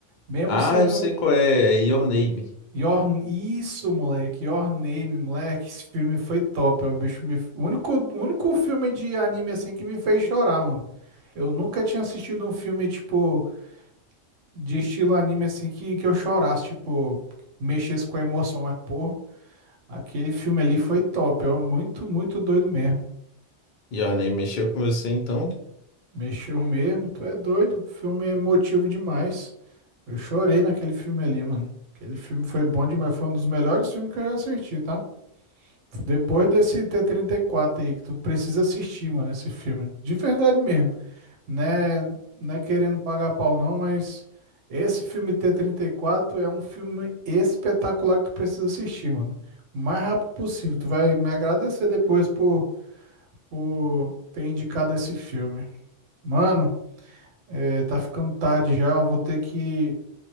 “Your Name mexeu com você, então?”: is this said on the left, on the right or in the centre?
Left